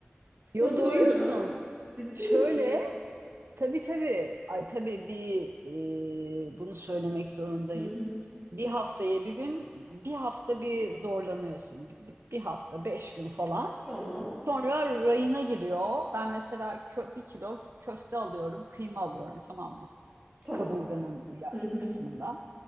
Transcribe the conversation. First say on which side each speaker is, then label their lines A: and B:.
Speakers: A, on the right; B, on the right.
A: yo
B: Nasıl
A: doyuyorsun
B: doyacağım? Ciddi
A: şöyle
B: misin?
A: tabii tabii ay, tabii bir e, bunu söylemek zorundayım.
B: Hı hı.
A: Bir hafta yedi gün bir hafta bir zorlanıyorsun bir bir hafta beş gün falan.
B: Tamam.
A: Sonra rayına giriyor. Ben mesela kö- bir kilo köfte alıyorum, kıyma alıyorum tamam mı?
B: Tamam.
A: Kaburganın ya
B: Hı hı.
A: kısmından,